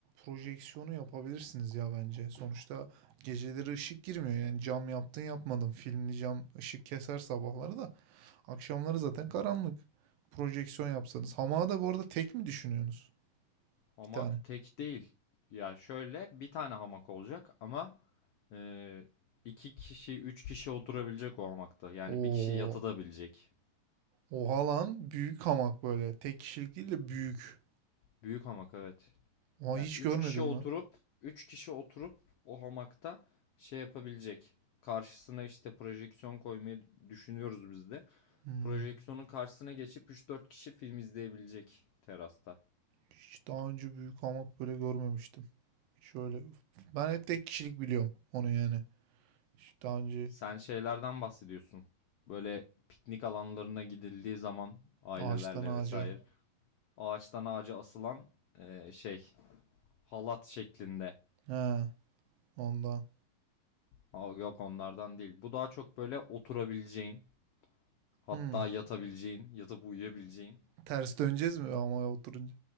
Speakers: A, on the right (about 85°); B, on the left (about 80°).
A: projeksiyonu yapabilirsiniz ya bence. Sonuçta geceleri ışık girmiyor yani cam yaptın yapmadın. Filmli cam ışık keser sabahları da. Akşamları zaten karanlık. Projeksiyon yapsanız. Hamağı da bu arada tek mi düşünüyorsunuz?
B: Hamak
A: Bir tane.
B: tek değil. Ya şöyle bir tane hamak olacak ama e, iki kişi, üç kişi oturabilecek o hamakta. Yani
A: Oo.
B: bir kişi yatabilecek.
A: Oha lan. Büyük hamak böyle. Tek kişilik değil de büyük.
B: Büyük hamak evet.
A: Oha
B: Yani
A: hiç
B: üç
A: görmedim
B: kişi oturup,
A: lan.
B: üç kişi oturup o hamakta şey yapabilecek. Karşısına işte projeksiyon koymayı düşünüyoruz biz de.
A: Hmm.
B: Projeksiyonun karşısına geçip üç dört kişi film izleyebilecek terasta.
A: Hiç daha önce büyük hamak böyle görmemiştim. Şöyle. Ben hep tek kişilik biliyorum onu yani. Hiç Daha önce
B: Sen şeylerden bahsediyorsun. Böyle piknik alanlarına gidildiği zaman ailelerle
A: ağaçtan ağaca.
B: vesaire ağaçtan ağaca asılan e, şey halat şeklinde.
A: He. Ondan.
B: Aa, yok onlardan değil. Bu daha çok böyle oturabileceğin, hatta
A: Hmm.
B: yatabileceğin, yatıp uyuyabileceğin.
A: Ters döneceğiz mi hamaya oturunca?